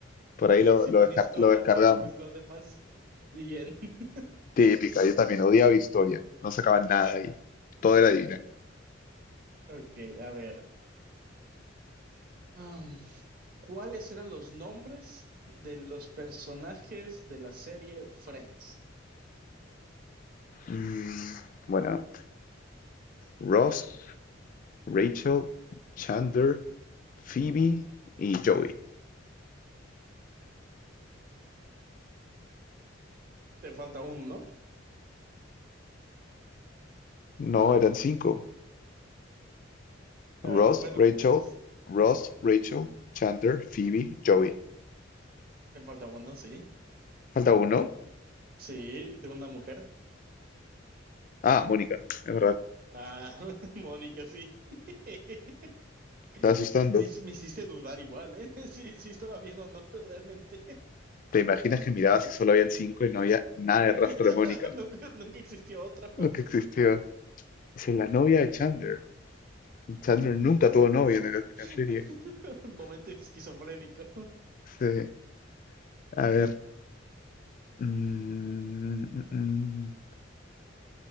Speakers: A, on the left; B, on the right.
A: Por ahí
B: Pésimo
A: lo, lo, descar-
B: en historia,
A: lo descargamos
B: pero pues los demás bien. <laughs>
A: Típica, yo también odiaba historia, no sacaban nada ahí, todo era divina.
B: Ok, a ver. Am, ¿cuáles eran los nombres de los personajes de la serie Friends?
A: Mm, bueno, Ross, Rachel, Chandler, Phoebe y Joey.
B: Te falta uno, ¿no?
A: No, eran cinco. Ross,
B: A ver, ¿puedes
A: Rachel,
B: repetirlos?
A: Ross, Rachel, Chandler, Phoebe, Joey.
B: Te falta uno, sí.
A: ¿Falta uno?
B: Sí, de una mujer.
A: Ah, Mónica, es verdad,
B: Ah, <laughs> Mónica, sí. <laughs>
A: estaba
B: Me,
A: asustando.
B: hici- me hiciste dudar igual, ¿eh? <laughs> Sí, sí estaba bien o no, realmente.
A: ¿Te imaginas que mirabas y solo habían cinco y no había nada de
B: <laughs>
A: rastro de Mónica?
B: Nunca, nunca existió otro.
A: Lo que existió. Dice, la novia de Chandler. Chandler nunca tuvo novia en la en
B: <laughs>
A: la serie.
B: Momento esquizofrénico.
A: Dice, a ver, Mm, mm, mm.